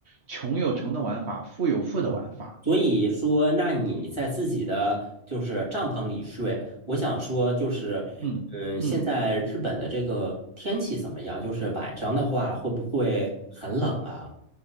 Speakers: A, on the right (about 65°); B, on the right (about 25°).
A: 穷有穷的玩法，富有富的玩法。
B: 嗯，所以说，那你在自己的就是帐篷里睡，我想说就是，
A: 嗯嗯，
B: 嗯，现在日本的这个天气怎么样？就是晚上的话会不会很冷啊？